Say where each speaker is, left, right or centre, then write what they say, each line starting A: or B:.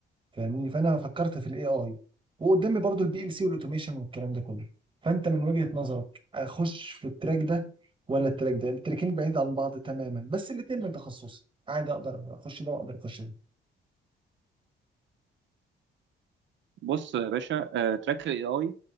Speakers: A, on the right; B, on the right.
A: فاهمني فانا فكرت في الاي اي وقدامي برضو البي ال سي والاوتوميشن والكلام ده كله فانت من وجهة نظرك اخش في التراك ده ولا التراك ده التراكين بعيد عن بعض تماما بس الاثنين من تخصصي عادي اقدر اخش ده واقدر اخش ده
B: بص يا باشا آه، تراك الاي اي